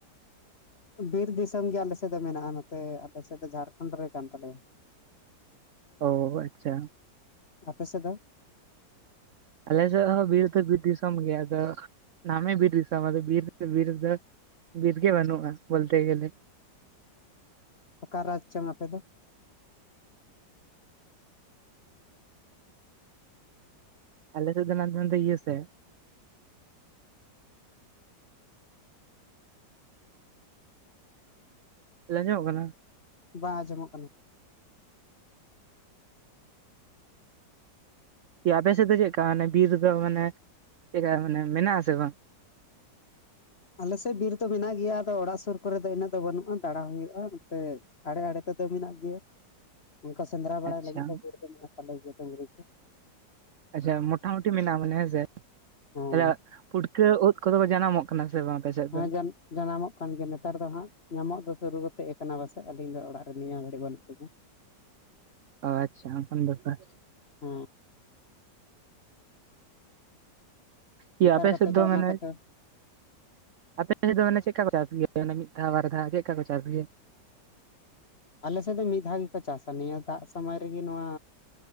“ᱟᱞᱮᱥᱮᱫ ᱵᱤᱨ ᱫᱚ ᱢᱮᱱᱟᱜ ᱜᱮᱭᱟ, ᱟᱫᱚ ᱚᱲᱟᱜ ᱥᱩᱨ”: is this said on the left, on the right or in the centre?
Left